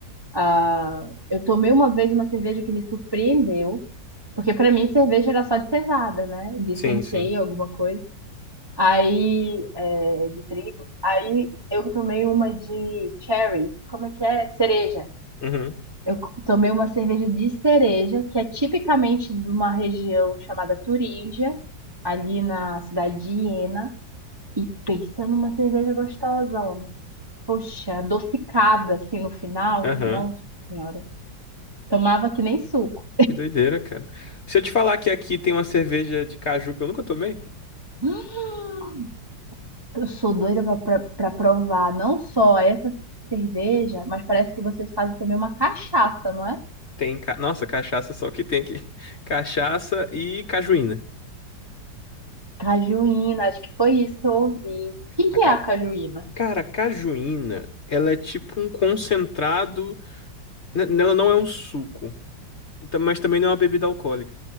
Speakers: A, on the right; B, on the left.
A: Ah, eu tomei uma vez uma cerveja que me surpreendeu, porque pra mim cerveja era só de cevada, né? De
B: Sim,
A: centeio,
B: sim.
A: alguma coisa. Aí, é, de trigo. Aí eu tomei uma de cherry. Como é que é? Cereja.
B: Uhum,
A: Eu tomei uma cerveja de cereja, que é tipicamente de uma região chamada Turíngia, ali na cidade de Iena. E pensa numa cerveja gostosa, homem. Poxa, adocicada assim no final.
B: aham.
A: Nossa senhora. Tomava que nem suco.
B: Que doideira, cara. Se eu te falar que aqui tem uma cerveja de caju que eu nunca tomei,
A: <gasps> Hum, eu sou doida pra, pra, pra provar não só essa cerveja, mas parece que vocês fazem também uma cachaça, não é?
B: tem. ca- Nossa, cachaça só que tem aqui. <laughs> Cachaça e cajuína.
A: Cajuína, acho que foi isso que eu ouvi. O que
B: A
A: que
B: ca-
A: é a cajuína?
B: Cara, a cajuína, ela é tipo um concentrado. n- Ela não é um suco, então- mas também não é uma bebida alcoólica.